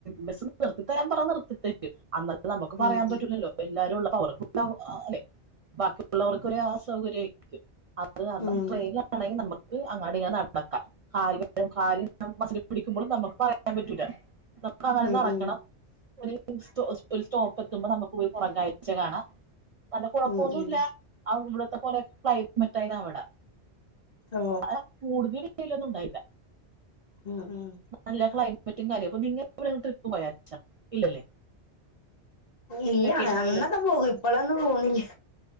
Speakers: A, on the right (about 65°); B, on the left (about 55°).
A: ബസ്സ് നിർത്തിത്തരാൻ പറ നിർത്തിത്തേരും അത് പറയാൻ
B: ഉം
A: പറ്റൂല്ലല്ലോ എല്ലാരും അവർക്ക് <unintelligible> ബാ ക്ക്ള്ളവർക്കൊരു ആ സൗകര്യം <unintelligible> അത് കാരണം
B: ഉം
A: ട്രെനി ആണെങ്കി നമ്മു ത് അങ്ങാടി ഇങ്ങെ നടക്കാം കാല് വേ കാല്നു മസി പിടിക്കുമ്പൊളും നമുക്ക് പറയാൻ പറ്റൂല. നമുക്ക് അങ്ങന
B: ഉം
A: നടക്കണം,
B: ഉം
A: ഒരു സ്ചോ പിൽസ്. സ്റ്റോപ്പ് എത്തുമ്പോ നമുക്ക് പോയി പുറം കാഴ്ച കാണാം. വല്ല കുഴപ്പ
B: ഉം
A: ഒന്നു
B: ഉം
A: ഇല്ല <unintelligible> ഇപ്പകൊറെ ക്ലെ മറ്റായിടെ അവിടെ.
B: ഓ
A: ആ കൂടതലും ഏയ് ഇല്ല ഒന്നും ഉണ്ടായില്ല.
B: ഉം ഉം
A: നല്ലക്ലൈ മറ്റും കാര്യം അപ്പൊ നിങ്ങ എവിടെ ട്രിപ്പ് പോയാച്ച ഇല്ലല്ലേ?
B: ഇല്ല
A: വെക്കേഷന്
B: അന്നൊക്കെ
A: പോലെ
B: പോകും, ഇപ്പഴങ്ങും പോണില്ല.